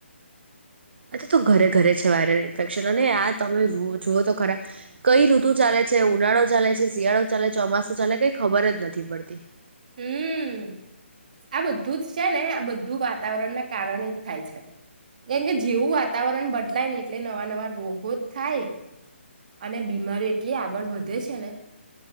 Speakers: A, on the right; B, on the right.
A: આજે તો ઘરે ઘરે છે વાયરલ ઇન્ફેક્શન અને આ તમે જુઓ તો ખરા કઈ ઋતુ ચાલે છે ઉનાળો ચાલે છે શિયાળો ચાલે ચોમાસું ચાલે છે કઈ ખબર જ નથી પડતી.
B: હમ્મ આ બધું જ છે ને આ બધું વાતાવરણના કારણે જ થાય છે કેમ કે જેવું વાતાવરણ બદલાય ને એટલે નવા નવા રોગો જ થાય. અને બીમારી એટલી આગળ વધે છે ને